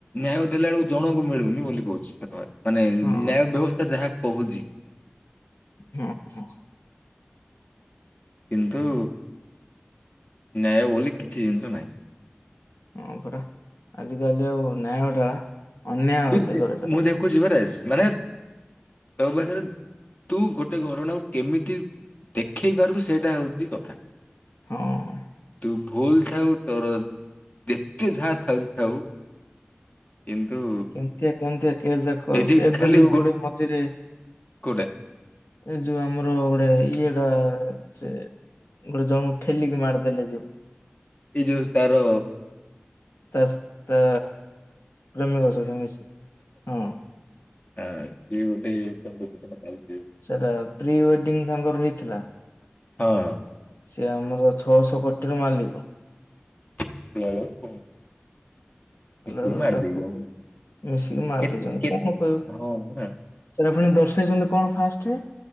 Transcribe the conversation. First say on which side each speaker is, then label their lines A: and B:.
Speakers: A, on the left; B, on the left.
A: ନ୍ୟାୟ ଦେଲା ଅଳୁ ଜଣଙ୍କୁ ମିଳୁନି ବୋଲି କହୁଚି <inaudible> ମାନେ ନ୍ୟାୟ
B: ହଁ
A: ବ୍ୟବସ୍ଥା ଯାହା କହୁଚି।
B: ହଁ ହଁ।
A: କିନ୍ତୁ ନ୍ୟାୟ ବୋଲି କିଛି ଜିନିଷ ନାହିଁ।
B: ହଁ ପରା ଆଜିକାଲି ଆଉ ନ୍ୟାୟଟା ଅନ୍ୟାୟ
A: ତୁଇ
B: ଦିଗରେ
A: ଦେ
B: ଚା
A: ମୁଁ ଦେଖୁଚି ପରା ମାନେ ତୋ ପାଖରେ ତୁ ଗୋଟେ ଘରଣାକୁ କେମିତି ଦେଖେଇ ପାରୁଚୁ ସେଇଟା ହଉଚି କଥା।
B: ହଁ।
A: ତୁ ଭୁଲ୍ ଥାଉ ତୋର ଯେତେ ଯାହା ଥାଉଚି ଥାଉ। କିନ୍ତୁ
B: କେମତିଆ କେମତିଆ କେସ୍ ଯାକ
A: ସେଇଠି
B: ଆସୁଚି ଏବେ
A: ଖାଲି
B: ଯୋଉ ଗୋଟେ ମଝିରେ
A: କୋଉଟା?
B: ଏ ଯୋଉ ଆମର ଗୋଟେ ଇଏଟା ସେ ଗୋଟେ ଜଣଙ୍କୁ ଠେଲିକି ମାରିଦେଲେ ଯୋଉ।
A: ଏଇ ଯୋଉ ତାର
B: ତାସ୍ ତା ପ୍ରେମିକ ସହିତ ମିଶି ହଁ।
A: ଆ ସିଏ ଗୋଟେ ତାକୁ ଦୁଃଖଦ କଥା ଆଉ।
B: ସେଟା ପ୍ରି ୱେଡିଙ୍ଗ୍ ତାଙ୍କର ହେଇଥିଲା।
A: ହଁ
B: ସେ ଆମର ଛଅଶହ କୋଟିର ମାଲିକ।
A: <unintelligible> ମିଶିକି
B: ଲାଲୁ
A: ମାରି
B: ତାକୁ
A: ଦେଇଛନ୍ତି
B: ମିଶିକି ମାରି
A: କେତେ
B: ଦେଇଛନ୍ତି
A: କେତେ
B: କଣ କହିବ
A: ହଁ ପରା
B: ସେଟାକୁ ଫୁଣି ଦର୍ଶେଇଛନ୍ତି କଣ ଫାଷ୍ଟ